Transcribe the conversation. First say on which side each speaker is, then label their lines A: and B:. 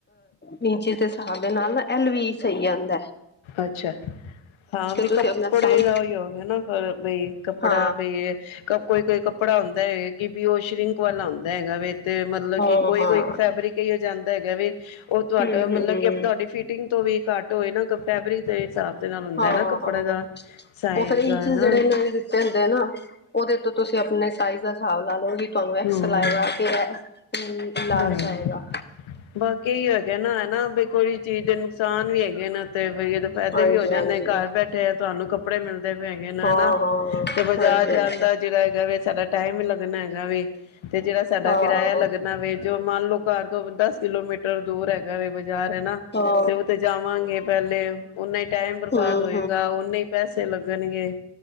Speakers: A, on the left; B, on the left.
A: ਨੀਚੇ ਦੇ ਹਿਸਾਬ ਨਾਲ ਨਾ, ਐਲ ਵੀ ਸਹੀ ਆਂਦੈ।
B: ਅੱਛਾ, ਹਾਂ ਵੀ
A: ਤੁਸੀਂ
B: ਕੱਪੜੇ
A: ਆਪਣਾ ਸਾਈਜ਼
B: ਦਾ ਔਈਔ ਹੋ ਗਿਆ ਨਾ, ਫ ਬਈ ਕੱਪੜਾ
A: ਹਾਂ
B: ਬੀ, ਕਪ ਕੋਈ-ਕੋਈ ਕੱਪੜਾ ਹੁੰਦੈ ਏ ਕਿ ਬੀ ਔ ਸ਼੍ਰਿੰਕ ਵਾਲਾ ਹੁੰਦਾ ਹੈਗਾ ਵੇ, ਤੇ ਮਲਬ
A: ਹਾਂ
B: ਕਿ ਕੋਈ-
A: ਹਾਂ
B: ਕੋਈ ਇੱਕ ਫੈਬਰਿਕ ਏਔ ਜਾਂਦਾ ਹੈਗਾ ਵੇ। ਔ ਤੁਹਾਡਾ
A: ਹੂੰ
B: ਮਤਲਬ
A: ਹੂੰ
B: ਕਿ ਅਪ ਤੁਆਡੀ ਫਿਟਿੰਗ ਤੋਂ ਵੀ ਕਾਟ ਹੋਏ ਨਾ, ਕ ਫੈਬਰਿਕ ਦੇ ਹਿਸਾਬ। ਦੇ ਨਾਲ ਹੁੰਦਾ
A: ਹਾਂ,
B: ਹੈ ਨਾ
A: ਹਾਂ
B: ਕੱਪੜੇ ਦਾ ਸਾਈਜ਼
A: ਔ ਫੇਰ ਇੰਚੀਜ਼
B: ਦਾ ਨਾ
A: ਜੇੜੇ ਏਨਾ ਨੇ ਦਿੱਤੇ ਹੁੰਦੇ ਨਾ, ਔਦੇ ਤੋਂ ਤੁਸੀਂ ਆਪਨੇ ਸਾਈਜ਼ ਦਾ ਹਿਸਾਬ ਲਾਲੋ ਵੀ, ਤੁਆਨੂੰ ਐਕਸੈਲ
B: ਹਮ
A: ਆਏਗਾ ਕੇ ਲਾਰਜ
B: ਹਾਂ
A: ਆਏਗਾ।
B: ਬਾਕੀ ਏਈਔ ਹੈਗਾ ਨਾ, ਹਨਾ ਬੀ ਕੋਈ ਚੀਜ਼ ਦੇ ਨੁਕਸਾਨ ਵੀ ਹੈਗੇ ਨ, ਤੇ ਬਈ ਫਾਇਦੇ
A: ਹਾਂਜੀ
B: ਵੀ ਹੋ
A: ਹਾਂਜੀ
B: ਜਾਂਦੇ ਏ, ਕਾਰ ਬੈਠੇ ਤੁਆਨੂੰ ਕੱਪੜੇ ਮਿਲਦੇ ਪੇ ਹੈਗੇ ਨ,
A: ਹਾਂ
B: ਹਨਾ,
A: ਹਾਂ
B: ਤੇ ਬਜਾਰ
A: ਹਾਂਜੀ
B: ਜਾ
A: ਹਾਂਜੀ
B: ਦਾ ਜਿਹੜਾ ਹੈਗਾ ਵੇ ਸਾਡਾ ਟਾਈਮ ਵੀ ਲੱਗਨਾ ਹੈਗਾ ਵੇ, ਤੇ ਜੇੜਾ ਸਾਡਾ
A: ਹਾਂ
B: ਕਿਰਾਏਆ ਲੱਗਨਾ ਵੇ, ਜੋ ਮਾਨ ਲੋ ਕਾਰ ਦਸ ਕਿਲੋਮੀਟਰ ਦੂਰ ਹੈਗਾ ਵੇ ਜਾ ਰੇ ਨਾ,
A: ਹਾਂ
B: ਤੇ ਔਥੇ ਜਾਵਾਂਗੇ ਪੈਲੇ, ਔਨਾ ਈ ਟਾਈਮ ਬਰਬਾਦ
A: ਹੂੰ
B: ਹੋਏਗਾ, ਔਨੇ ਈ ਪੈਸੇ ਤੇ ਲੱਗਨਗੇ।